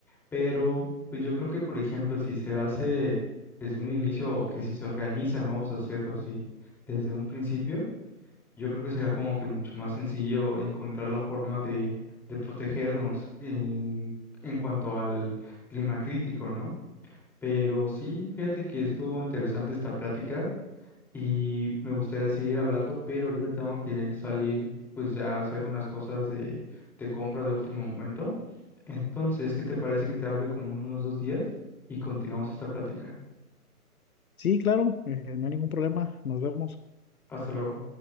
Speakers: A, in the centre; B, on the left.
A: Pero pues yo creo que, por ejemplo, si se hace desde un inicio o que si se organiza, vamos a hacerlo así, desde un principio, yo creo que será como que mucho más sencillo encontrar la forma de, de protegernos en, en cuanto al clima crítico, ¿no? Pero sí, fíjate que estuvo interesante esta plática y me gustaría seguir hablando, pero ahorita tengo que salir pues ya a hacer unas cosas de, de compra de último momento. Entonces, ¿qué te parece que te hable como en unos dos días y continuamos esta plática?
B: Sí, claro, eh, no hay ningún problema, nos vemos.
A: Hasta luego.